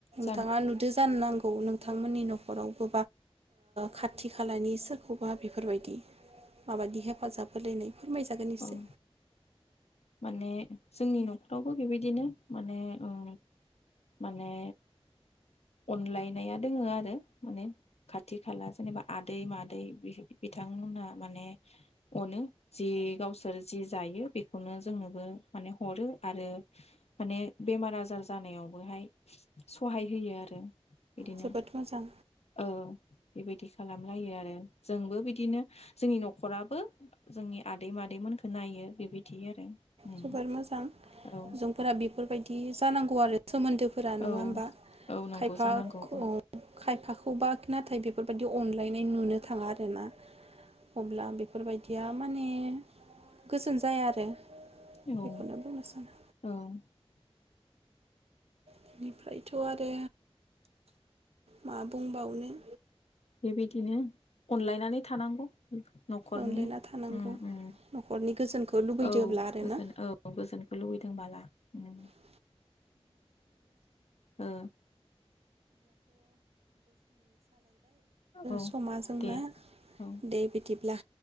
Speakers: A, on the left; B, on the right.
A: जानो
B: नोंथांङा नुदों जानो नांगौ नोंथांमोननि न'खराव ओ खाथि खालानि खालानि सोरखौबा बेफोरबायदि माबायदि हेफाजाब होलायनाय फोरमायजागोन एसे
A: औ माने जोंनि न'खरावबो बेबायदिनो माने ओ माने अनलायनाया दोङो आरो माने खाथि खाला जेनेबा आदै मादै बिथांमोनहा माने अनो जि गावसोर जि जायो बेखौनो जोंनोबो माने हरो आरो माने बेमार आजार जानायावबोहाय सहाय होयो आरो <unintelligible> बिदिनो
B: जोबोद मोजां
A: औ बेबायदि खालामलायो आरो जोंबो बिदिनो जोंनि नखराबो जोंनि आदै मादैमोनखो नायो बेबायदि आरो उम
B: जोबोर मोजां
A: औ
B: जोंफोरा बेफोरबायदि जानांगौ आरो सोमोन्दोफोरा नंङा
A: औ
B: होमबा
A: औ नंगौ
B: खायफा
A: जानांगौ
B: खायफाखौ
A: औ
B: सोरखौबा नाथाय बेफोरबायाददि अनलायनाय नुनो थांङा आरोना अब्ला बेफोरबायदिया माने गोजोन जाया आरो
A: औ
B: बेखौनो बुंनो सानो
A: औ
B: बेनिफ्रायथ आरो मा बुंबावनो
A: बेबायदिनो अनलायनानै थानांगौ नखरनि
B: अनलायना थानांगौ
A: ओम ओम
B: न'खरनि गोजोनखौ लुबैदोब्ला
A: औ
B: आरोना
A: गोजोन औ गोजोनखौ लुबैदों दोंबोला ओम
B: <inaudible> <inaudible>
A: ओ औ
B: समा जोंना
A: दे औ
B: दे बिदिब्ला